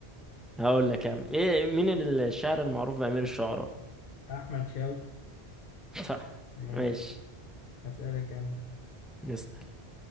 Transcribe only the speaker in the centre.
هقول لك يا عم ايه مين الشاعر المعروف بأمير الشعراء
<laughs> صح
ماشي
نسأل